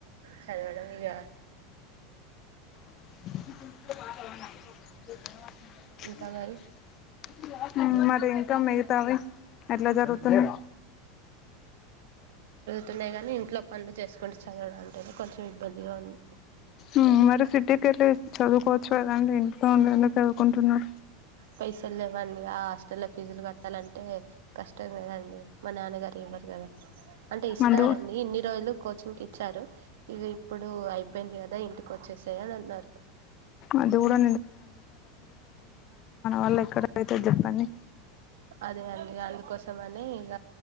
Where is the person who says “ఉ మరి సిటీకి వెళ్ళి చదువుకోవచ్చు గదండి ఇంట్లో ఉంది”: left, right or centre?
Left